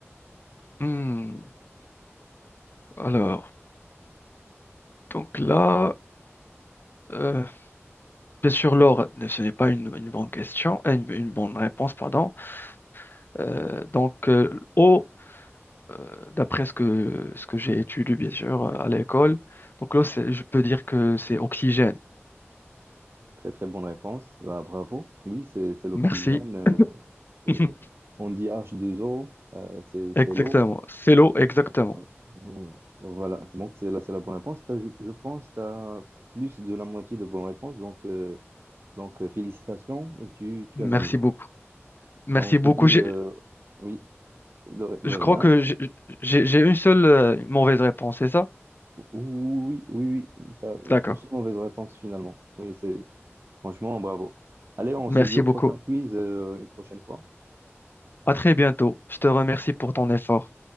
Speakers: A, on the left (about 45°); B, on the right (about 55°).
A: Hmm, Alors, donc là. Euh, bien sûr, l'or, ce n'est pas une, une bonne question, euh, une, une bonne réponse, pardon. Euh, donc, euh, eau, euh, d'après ce que, ce que j'ai étudié, bien sûr, euh, à l'école, donc l'eau, c'est- je peux dire que c'est oxygène.
B: Très très bonne réponse. Bah, bravo. Oui, c'est c'est l'oxygène.
A: Merci.
B: euh, c'est-
A: <laughs>
B: on dit H2O, euh, c'est
A: Exactement.
B: c'est l'eau.
A: C'est l'eau, exactement.
B: Et- ouais. Mm. Voilà, donc c'est là, c'est la bonne réponse. T'as- je, je pense que tu as plus de la moitié de bonnes réponses. Donc, euh, donc euh, félicitations, tu, tu
A: Merci
B: as gagné.
A: beaucoup. Merci
B: Enfin, On se
A: beaucoup.
B: dit
A: J'ai-
B: euh, oui, de, ri-
A: Je
B: de rien.
A: crois que j'ai j'ai- j'ai une seule euh, mauvaise réponse, c'est ça?
B: Oui, oui, oui, tu as
A: D'accord.
B: une seule mauvaise réponse finalement. Oui, c'est franchement bravo. Allez, on
A: Merci
B: se dit au prochain
A: beaucoup.
B: quiz, euh, une prochaine fois.
A: À très bientôt. Je te remercie pour ton effort.